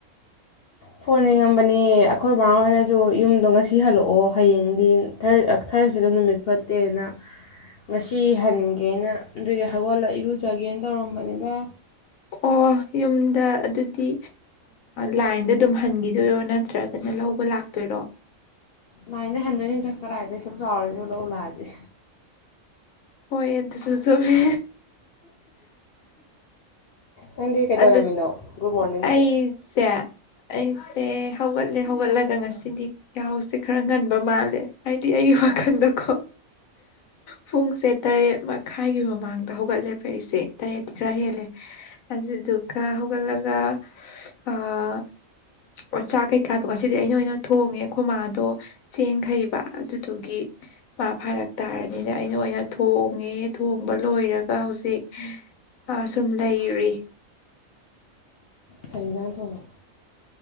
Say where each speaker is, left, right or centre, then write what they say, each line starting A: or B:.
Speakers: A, on the left (about 55°); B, on the left (about 85°).
A: ꯐꯣꯟ ꯌꯦꯡꯉꯝꯕꯅꯦ ꯑꯩꯈꯣꯏ ꯃꯃꯥ ꯍꯣꯏꯅꯁꯨ ꯌꯨꯝꯗꯣ ꯉꯁꯤ ꯍꯜꯂꯛꯑꯣ ꯍꯌꯦꯡꯗꯤꯔ ꯊꯔꯁꯤꯗ ꯅꯨꯃꯤꯠ ꯐꯠꯇꯦꯅ ꯉꯁꯤ ꯍꯟꯒꯦꯅ ꯑꯗꯨꯒꯤ ꯍꯧꯒꯣꯜꯂ ꯏꯔꯨꯖꯒꯦꯅ ꯇꯧꯔꯝꯕꯅꯤꯗ
B: ꯑꯣ ꯌꯨꯝꯗ ꯑꯗꯨꯗꯤ ꯂꯥꯏꯟꯗ ꯑꯗꯨꯝ ꯍꯟꯒꯤꯗꯣꯏꯔꯣ ꯅꯠꯇ꯭ꯔꯒꯅ ꯂꯧꯕ ꯂꯥꯛꯇꯣꯏꯔꯣ
A: ꯂꯥꯏꯗꯥ ꯍꯟꯗꯣꯏꯅꯤꯗꯥ ꯀꯔꯥꯏꯗꯩꯩꯁ ꯁꯞ ꯆꯥꯎꯔꯁꯨ ꯂꯧ ꯂꯥꯛꯑꯗꯤ
B: ꯍꯣꯏ ꯑꯗꯨꯁꯨ ꯆꯨꯝꯃꯦ
A: ꯅꯪꯗꯤ ꯀꯩꯗꯧꯔꯝꯃꯤꯅꯣ
B: ꯑꯗꯨ
A: ꯒꯨꯗ ꯃꯣꯔꯅꯤꯡꯁꯦ
B: ꯑꯩꯁꯦ ꯑꯩꯁꯦ ꯍꯧꯒꯠꯂꯦ ꯍꯧꯒꯠꯂ ꯑ ꯉꯁꯤꯗꯤ ꯌꯥꯎꯁꯦ ꯈꯔ ꯉꯟꯕ ꯃꯥꯜꯂꯦ ꯍꯥꯏ ꯗꯤ ꯑꯩꯒꯤ ꯋꯥꯈꯜꯗꯀꯣ ꯄꯨꯡꯁꯦ ꯇꯔꯦꯠ ꯃꯈꯥꯏꯒꯤ ꯃꯃꯥꯡꯗ ꯍꯧꯒꯠꯂꯦꯕ ꯐꯩꯁꯦ ꯇꯔꯦꯠꯇ ꯈꯔ ꯍꯦꯜꯂꯦ ꯑꯗꯨꯗꯨ ꯀꯌꯥ ꯍꯒ ꯂꯒ ꯑꯣ ꯆꯥꯛ ꯀꯩꯀꯥꯗꯣ ꯉꯁꯤꯗꯤ ꯑꯩꯅ ꯑꯣꯏꯅ ꯊꯣꯡꯉꯦ ꯑꯩꯈꯣꯏ ꯃꯥꯗꯣ ꯆꯦꯡ ꯍꯩꯕ ꯑꯗꯨꯗꯨꯒꯤ ꯃꯥ ꯐꯥꯔꯛ ꯇꯥꯔꯅꯤꯅ ꯑꯩꯅ ꯑꯣꯏꯅ ꯊꯣꯡꯉꯦ ꯊꯣꯡꯕ ꯂꯣꯏꯔꯒ ꯍꯧꯖꯤꯛ ꯁꯨꯝ ꯂꯩꯔꯔꯤ
A: ꯀꯩꯍꯦꯟꯖꯡ ꯊꯣꯉꯦ